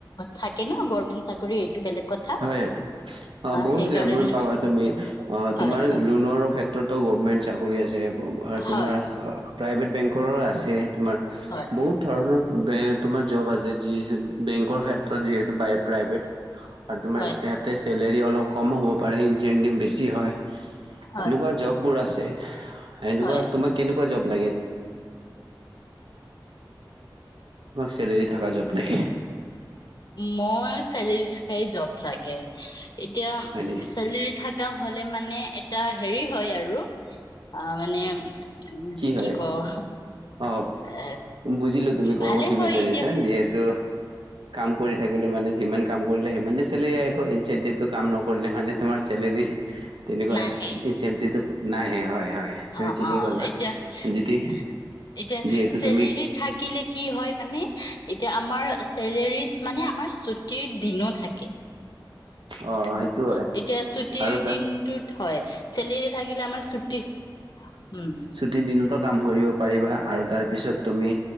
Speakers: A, on the left; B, on the right.
A: থাকে ন গমেন্ট চাকৰি এইটো বেলেগ কথা।
B: হয় হয় অ বহুত
A: সেইকাৰণে
B: গেণ্ট
A: মানে
B: পাবা তুমি অ
A: হয়
B: তোমাৰ
A: হয়
B: লোনৰো ক্ষেত্ৰতো গভমেন্ট চাকৰি আছে তোমাৰ।
A: হয়,
B: প্ৰাইভেট বেংক। কৰোঁ আছে তোমাৰ।
A: হয়,
B: বহুত ধৰণৰ। বে তোমাক। জব আছে যি বেংকৰ ক্ষেত্ৰত যিহেতু বাই প্ৰাইভেট। আৰু তোমাৰ
A: হয়,
B: ইহতে চেলেৰী অলপ। কম হ'ব পাৰে ইনচেণ্টিভ বেছি হয়। এনেকুৱা
A: হয়,
B: জব বোৰ আছে। এনেকুৱা
A: হয়, হয়।
B: তোমাক কেনেকুৱা জব। <inaudible> চেলেৰি থকা জব লাগে।
A: মই চেলেৰি থাকাই জব লাগে। এতিয়া
B: হয় নেকি
A: চেলেৰি থাকে। এটা হলে মানে এটা হেৰি হয় আৰু অ মানে। উম,
B: কি হয়
A: কওঁ
B: অহ
A: এ
B: বুজিলো তুমি ক'ব
A: ভালে
B: কি
A: হয়
B: বিচাৰিছা
A: এতিয়া
B: যিহেতু কাম কৰি থাকিলে মানে যিমান কাম কৰিলে সিমানে চেলেৰি আহিব ইনচেনটিভ কাম নকৰিলে মানে তোমাৰ চেলেৰি তেনেকুৱা
A: নাহে।
B: ইনচেন্টিতো নাহে হয় হয় তুমি
A: অ',
B: ঠিকেই
A: অ'
B: কলা
A: এতিয়া এতিয়া
B: যদি যিহেতু
A: চেলেৰি
B: তুমি
A: থাকিলে কি হয় মানে এতিয়া য়া আমাৰ চেলেৰত মানে আমাৰ ছুটিৰ দিনো থাকে
B: অ
A: এতিয়া
B: সেইটো হয়
A: ছুটিৰ
B: আৰু তাৰ
A: দিনটোত হয় চেলিৰে থাকিলে আমাৰ ছুটি উম
B: ছুটি দিনত কাম কৰিব পাৰিবা আৰু তাৰপিছত তুমি